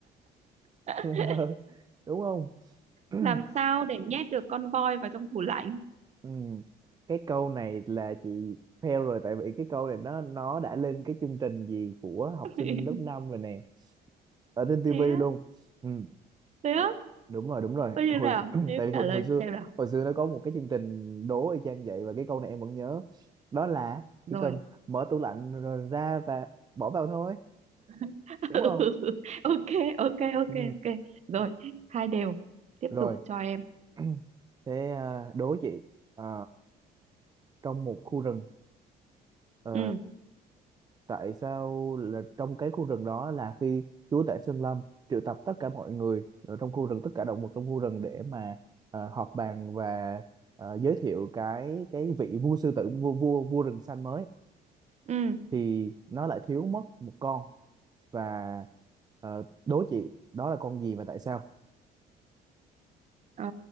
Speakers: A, on the right (about 40°); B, on the right (about 25°).
A: <laughs>
B: <laughs> đúng không <clears throat>
A: làm sao để nhét được con voi vào trong tủ lạnh
B: Ừm, cái câu này là chị fail rồi tại vì cái câu này nó nó đã lên cái chương trình gì của học
A: <laughs>
B: sinh lớp 5 rồi nè ở trên tivi
A: thế á
B: luôn Ừ.
A: thế á
B: đúng rồi đúng rồi
A: Có như
B: hồi
A: nào?
B: <clears throat>
A: Nếu
B: tại vì
A: trả
B: hồi
A: lời
B: hồi xưa
A: xem nào.
B: hồi xưa nó có một cái chương trình đố y chang vậy và cái câu này em vẫn nhớ đó là
A: Rồi.
B: chỉ cần mở tủ lạnh rồi ra và bỏ vào thôi
A: <laughs>
B: đúng không
A: Ok, ok, ok,
B: ừ.
A: ok. Rồi, hai đều. Tiếp
B: rồi
A: tục cho em.
B: <clears throat> thế à, đố chị Ờ, trong một khu rừng ờ,
A: Ừ,
B: tại sao là trong cái khu rừng đó là khi Chúa Tể Sơn Lâm triệu tập tất cả mọi người ở trong khu rừng tất cả động vật trong khu rừng để mà ờ, họp bàn và ờ, giới thiệu cái cái vị vua sư tử vua vua vua rừng xanh mới
A: ừ.
B: thì nó lại thiếu mất một con và ờ, đố chị đó là con gì và tại sao
A: Ờ,